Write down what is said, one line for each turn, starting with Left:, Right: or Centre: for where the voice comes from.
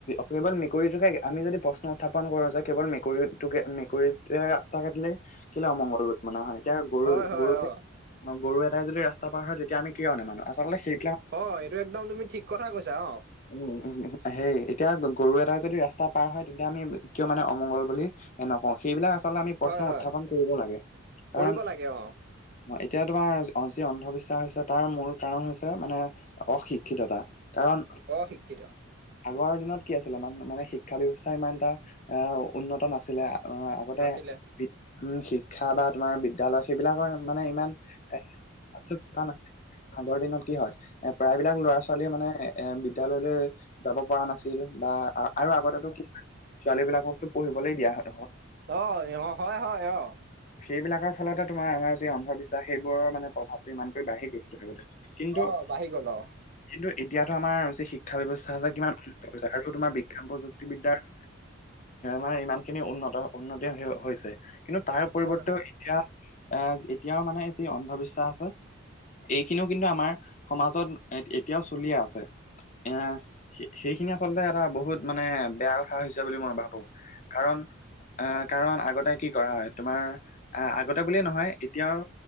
Left: কেৱল মেকুৰীটোকে আমি যদি প্ৰশ্ন উত্থাপন কৰো যে কেৱল মেকুৰীটোকে মেকুৰী এয়া ৰাস্তা কাটিলে কেলে অমংগল ৰোধ মনা হয় এতিয়া গৰু
Right: হয় হয়
Left: গৰুক
Right: অ
Left: অ গৰু এটাই যদি ৰাস্তা পাৰ হয় তেতিয়া আমি কিয় নে মানো আচলতে সেই
Right: হয় এইটো একদম তুমি ঠিক কথা কৈছা অ।
Left: উম উ হেই এতিয়া গৰু এটাই যদি ৰাস্তা পাৰ হয় তেতিয়া আমি কিয় মানে অমংগল বুলি এনেকুৱা সেইবিলাক আচলতে আমি প্ৰশ্ন
Right: হয় হয়
Left: উত্থাপন কৰিব লাগে
Right: কৰিব
Left: কাৰণ
Right: লাগে অ
Left: এতিয়া তোমাৰ যি অন্ধবিশ্বাস হৈছে তাৰ মূল কাৰণ হৈছে মানে অশিক্ষিততা কাৰণ
Right: অ শিক্ষিত।
Left: আগৰ দিনত কি আছিলে মানে শিক্ষা ব্যৱস্থা ইমান এটা আহ উন্নত নাছিলে, আহ লগতে
Right: নাছিলে
Left: বিদ উম শিক্ষা বা তোমাৰ বিদ্যয়ালয় সেইবিলাকৰ মানে ইমান, এ আ না আগৰ দিনত কি হয়। এ প্ৰায়বিলাক ল'ৰা ছোৱালীয়ে মানে এ বিদ্যয়ালয়লৈ যাব পৰা নাছিল বা অ আৰু আগতে ছোৱালী বিলাককতো পঢ়িবলৈ দিয়া হয়
Right: অ ইহ অ হয় হয় অ।
Left: সেইবিলাকৰ ফলতে তোমাৰ আমাৰ যি অন্ধবিশ্বাস সেইবোৰৰ মানে প্ৰভাৱ। ইমানকে বাঢ়েগে তথাপিওতো কিন্তু।
Right: অ বাঢ়ি গ'ল অ।
Left: কিন্তু এতিয়াতো আমাৰ যে শিক্ষা ব্যৱস্থা আছে কিমান <unintelligible> আৰু তোমাৰ বিজ্ঞান প্ৰযুক্তিবিদ্যাৰ মানে ইমান খিনি উন্নত উন্নতি হৈছে, কিন্তু তাৰ পৰিৱৰ্তেও
Right: হয় হয়
Left: এতিয়া এ এতিয়াও মানে যি অন্ধবিশ্বাস আছে, এইখিনিও কিন্তু আমাৰ সমাজত এতিয়াও চলিয়ে আছে, এ, সেইখিনি আচলতে কথা বহুত মানে বেয়া কথা হৈছে বুলি মই ভাবো কাৰণ আহ কাৰণ আগতে কি কৰা হয় তোমাৰ, আহ আগতে বুলিয়ে নহয় এতিয়াও